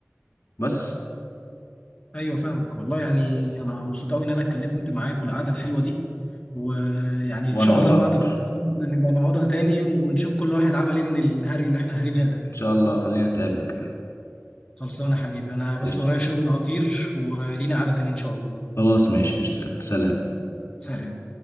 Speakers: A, on the left; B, on the left.
A: بس
B: ايوه فاهمك والله يعني انا مبسوط قوي ان انا اتكلمت معاك والقعده الحلوه دي ويعني
A: وانا
B: ان شاء
A: والله
B: الله بعد
A: اكتر
B: التخرج نبقى نقعدها تاني ونشوف كل واحد عمل ايه من الهري اللي احنا هارينها ده
A: ان شاء الله خلينا نتقابل كده
B: خلصانه يا حبيبي انا بس
A: قشطة
B: ورايا شغل هطير ولينا قعده تاني ان شاء الله
A: خلاص ماشي قشطة سلام
B: سلام